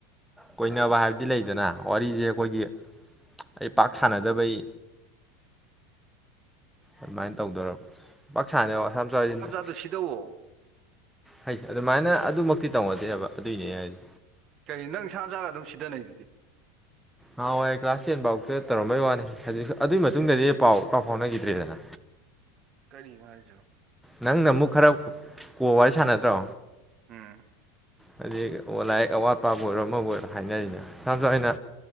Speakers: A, in the centre; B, on the right.
A: ꯀꯣꯏꯅꯕ ꯍꯥꯏꯕꯗꯤ ꯂꯩꯗꯅ ꯋꯥꯔꯤꯁꯦ ꯑꯩꯈꯣꯏꯒꯤ ꯑꯩ ꯄꯥꯛ ꯁꯥꯟꯅꯗꯕꯩ ꯑꯗꯨꯃꯥꯏꯅ ꯇꯧꯗꯧꯔꯕ ꯄꯥꯛꯁꯥꯅꯗꯦꯕ ꯁꯥꯅꯥ ꯃꯆꯥ
B: ꯑꯗꯨ ꯁꯤꯗꯧꯑꯣ
A: ꯍꯥꯏꯁ ꯑꯗꯨꯃꯥꯏꯅ ꯑꯗꯨꯃꯛꯇꯤ ꯇꯧꯅꯗꯦꯕ ꯑꯗꯨꯏꯅꯦ ꯍꯥꯏꯗꯤ
B: ꯀꯔꯤ ꯅꯪ ꯁꯥꯅꯥꯝꯆꯥꯒ ꯑꯗꯨꯝ ꯁꯤꯗꯅꯩꯗꯨꯗꯤ
A: ꯅꯍꯥꯟꯋꯥꯏ ꯀ꯭ꯂꯥꯁ ꯇꯦꯟ ꯐꯥꯎꯗ ꯇꯧꯔꯝꯕꯩ ꯋꯥꯅꯤ ꯍꯧꯖꯤꯛ ꯑꯗꯨꯒꯤ ꯃꯇꯨꯡꯗꯗꯤ ꯄꯥꯎ ꯄꯥꯎ ꯐꯥꯎꯅꯈꯤꯗ꯭ꯔꯦꯗꯅ
B: ꯀꯔꯤꯅꫭ ꯍꯥꯏꯖꯤꯕꯨ
A: ꯅꯪꯅ ꯑꯃꯨꯛ ꯈꯔ ꯀꯣꯜ ꯋꯥꯔꯤ ꯁꯥꯟꯅꯗ꯭ꯔꯣ
B: ꯎꯝ
A: ꯍꯥꯏꯗꯤ ꯂꯥꯏꯔꯤꯛ ꯑꯋꯥꯠꯄꯕꯨ ꯑꯣꯏꯔꯣ ꯑꯃꯕꯨ ꯑꯣꯏꯔꯣ ꯍꯥꯏꯅꯔꯤꯅ ꯁꯥꯅꯥꯃꯆꯥꯗ